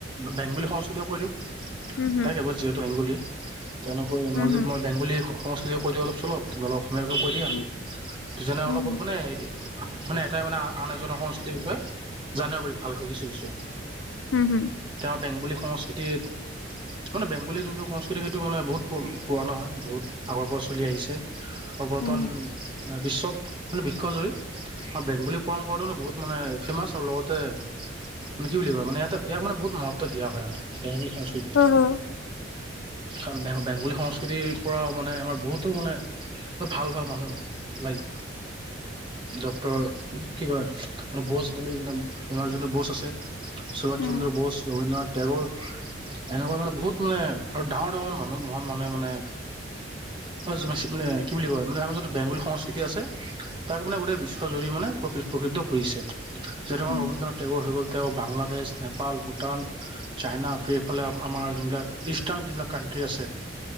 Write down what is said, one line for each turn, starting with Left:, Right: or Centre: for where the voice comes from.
Right: বেংগলী সংস্কৃতিয় কৈ দিওঁ,
Left: হুম হুম
Right: এটাই কেবল যিহেতু বেংগলী তেনেকৈ
Left: হুম
Right: মই যদি মই বেংগলী সংস্কৃতি কৈ দিওঁ অলপ চলপ তুমি অলপ অসমীয়াৰ বিষয়ে কৈ দিয়া,
Left: হুম
Right: তেতিয়া মানে
Left: হুম
Right: অলপ
Left: হুম
Right: অলপ মানে মানে এটাই মানে আন এজনৰ সংস্কৃতিৰ বিষয়ে জানিব পাৰিম ভালকৈ কিছু কিছু।
Left: হু হুম।
Right: এতিয়া আমাৰ বেংগলী সংস্কৃতিত মানে বেংগলী যোনটো সংস্কৃতি সেইটো মানে বহুত প পুৰণা হয় বহুত। আগৰ পৰা চলি আহিছে, আৰু বৰ্তমান
Left: হুম
Right: বিশ্বত মানে বিশ্বজুৰি অ বেংগলী পৰম্পৰাটো ন বহুত মানে ফেমাচ আৰু লগতে মানে কি বুলি ভাবা, মানে ইয়াতে ইয়াক মানে বহুত মহত্ব দিয়া হয় মানে বেংগলী সংস্কৃতিটো
Left: হুম
Right: বেং বেং বেংগলী সংস্কৃতিৰ পৰাও মানে আমাৰ বহুতো মানে ভাল ভাল মানুহ লাইগ ডক্টৰ কিবা বচ বুলি কিনাম আমাৰ যোনটো বচ আছে সুভাষ
Left: হুম
Right: চন্দ্ৰ বোচ, ৰবীন্দ্ৰনাথ টেগৰ এনেকুৱা মানে বহুত মানে আৰু ডাঙৰ ডাঙৰ মানুহ মহান মানুহে মানে মানে জনচিপ নে কি বুলি কয় মানে আমাৰ যোটো বেংগলী সংস্কৃতি আছে তাক মানে গোটেই বিশ্বজুৰি মানে প্ৰ প্ৰসিদ্ধ কৰিছে। যে ধৰ
Left: হুম
Right: ৰবীন্দ্ৰনাথ টেগ'ৰ হৈ গ'ল তেওঁ বাংলাদেশ, নেপাল, ভূটান চাইনা সেইফালে আমাৰ যোনবিলাক ইষ্টাৰ্ণ যোনিবিলাক কানট্ৰি আছে,